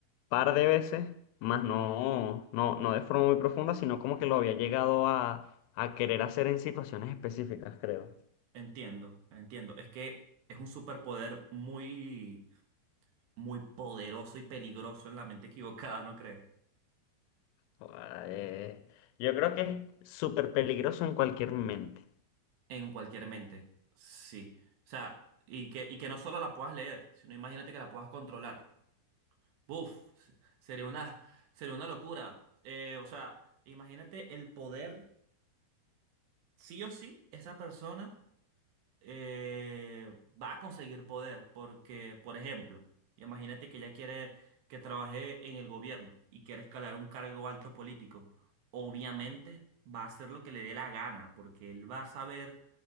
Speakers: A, on the left; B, on the right.
A: par de veces, más no, no, no de forma muy profunda, sino como que lo había llegado a, a querer hacer en situaciones específicas, creo.
B: Entiendo, entiendo. Es que es un superpoder muy, muy poderoso y peligroso en la mente equivocada, ¿no crees?
A: Guau. eh, yo creo que es súper peligroso en cualquier mente.
B: En cualquier mente, sí. O sea, y que, y que no solo la puedas leer, sino imagínate que la puedas controlar. Buf, sería una, sería una locura. Eh, o sea, imagínate el poder. Sí o sí, esa persona eh, va a conseguir poder. Porque, por ejemplo, imagínate que ella quiere que trabaje en el gobierno y quiere escalar un cargo alto político. Obviamente va a hacer lo que le dé la gana, porque él va a saber